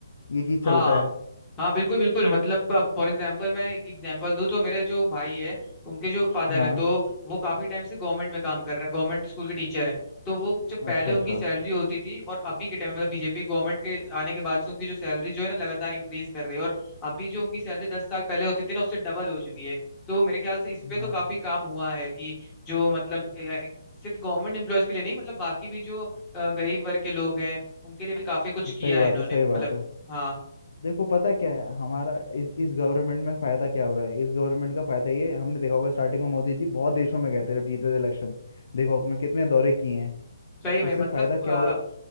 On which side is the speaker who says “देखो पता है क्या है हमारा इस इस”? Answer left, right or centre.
Left